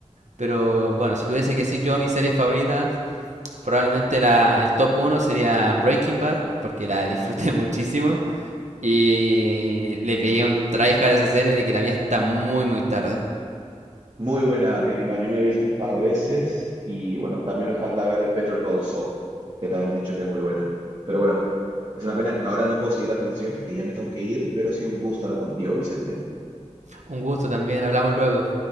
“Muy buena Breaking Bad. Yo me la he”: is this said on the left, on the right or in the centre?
Right